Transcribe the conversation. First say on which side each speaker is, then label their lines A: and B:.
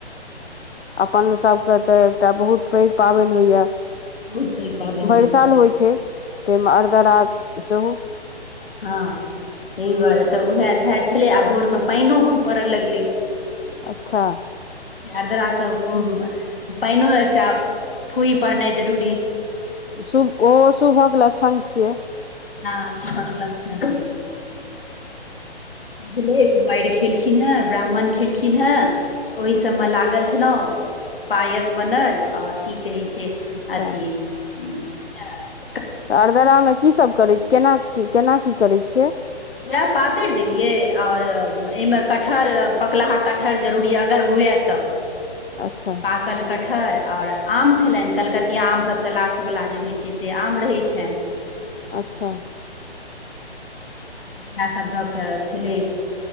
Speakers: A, on the left; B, on the left.
A: अपन सभके त एकटा बहुत पैघ पाबैन होइयै।
B: बहुत पैघ पाबनि होइए
A: भरि साल होय छै तै मे आरर्द्रा सेहो
B: हां तै दुआरे त उहे सैह छलै आ भोर मे पैनो खूब पड़य लगलै
A: अच्छा
B: आर्द्रा के उम्म पैनो एकटा फुही पड़नाय जरूरी
A: शुभ ओहो शुभक लक्षण छियै।
B: हां शुभक लक्षण। भेलै, कुमारि खेलखिन हें ब्राह्मण खेलखिन हें ओहि सबमे लागल छलौं पायस बनल और की कहै छै
A: अच्छा
B: अथि उम्म अ <unintelligible>
A: त आर्द्रा मे की सब करै छियै, केना की केना कि करै छियै?
B: वैह पातैर देलियै और एहिमे कटहर, पकलाहा कटहर जरूरी अगर हु हुए त,
A: अच्छा
B: पाकल कट ठर और आम छलैन कलकतिया आम सबसे लास्टवला जे होय छै से आम रहै छैन।
A: अच्छा।
B: इहाए सब दऽ कऽ भेलै।